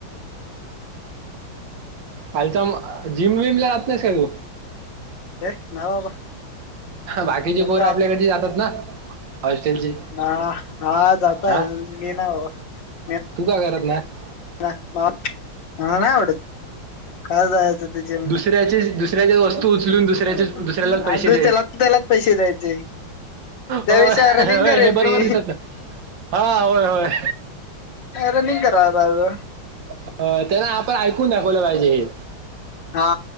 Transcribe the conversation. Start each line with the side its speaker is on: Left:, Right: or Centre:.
Right: फाल तर जिम विम ला जात नाहीस का तू
Left: हे ना बाबा
Right: बाकीचे
Left: कोण
Right: पोर आपल्याकडचे जातात ना. हॉस्टेलची
Left: ह हा जातय
Right: हां
Left: मी ना मी
Right: तू का करत नाही
Left: ह बा हा ना आवड. काय जायचं त जे आणि
Right: दुसऱ्याची दुसऱ्याची वस्तू उचलून दुसऱ्याचे दुसऱ्यालाच पैसे
Left: दु त्याला त्यालाच पहि से द्यायचे. त्यापेक्षा
Right: होयय
Left: रनिंग करेन
Right: हे बरोबर
Left: मी
Right: दिसत हाय होय.
Left: रनिंग करज.
Right: अ त्यांना आपण ऐकून दाखवलं पाहिजे हे.
Left: हा.